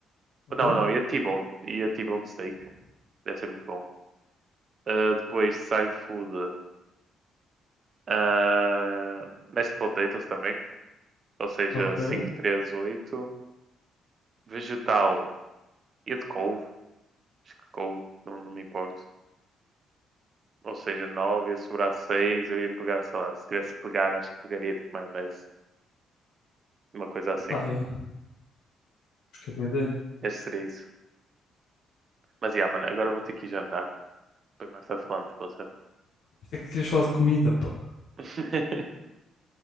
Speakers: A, on the left (about 80°); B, on the right (about 45°).
A: Ok?
B: Não, não, ia T-bone. Ia T-bone steak. Deve ser muito bom. Ah, depois, side food. ah, mashed potatoes também. Ou seja,
A: Ok.
B: 5 3 8 Vegetal. Ia de couve. Acho que com, não, não me importo. Ou seja, 9 ia sobrar 6 eu ia pegar, sei lá, se tivesse que pegar, acho que pegaria tipo maionese, uma coisa assim.
A: Ah, é. Acho que é boa ideia.
B: Este seria isso. Mas yeah, mano, agora eu vou ter que ir jantar. Depois mais tarde falamos, pode você
A: Pensei que querias falar de comida, pá.
B: <laughs>